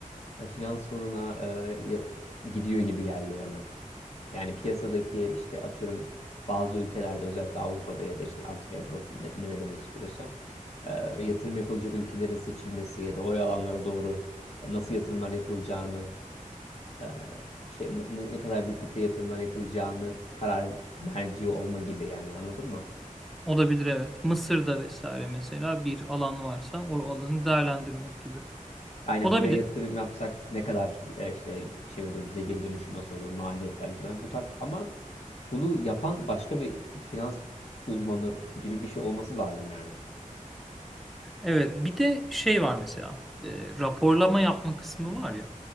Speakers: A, on the left; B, in the centre.
A: e, finansmanına e, ya- gidiyor gibi geldi bana. Yani piyasadaki işte atıyorum bazı ülkelerde özellikle Avrupa'da ya da işte artık abroad ne, ne demek istiyorsa e, yatırım yapılacak ülkelerin seçilmesi ya da o alanlara doğru e, nasıl yatırımlar yapılacağını e, şey ne, ne kadar büyüklükte yatırımlar yapılacağını karar merci olma gibi yani anladın mı?
B: Olabilir evet. Mısır'da vesaire mesela bir alan varsa o alanı değerlendirmek gibi.
A: Aynen
B: Olabilir.
A: buraya yatırım yapsak ne kadar e, işte şey olur bize geri dönüşü nasıl olur maliyetler gibi Yani bu tarz ama bunu yapan başka bir finans uzmanı gibi bir şey olması lazım yani.
B: Evet, bir de şey var mesela e, raporlama yapma kısmı var ya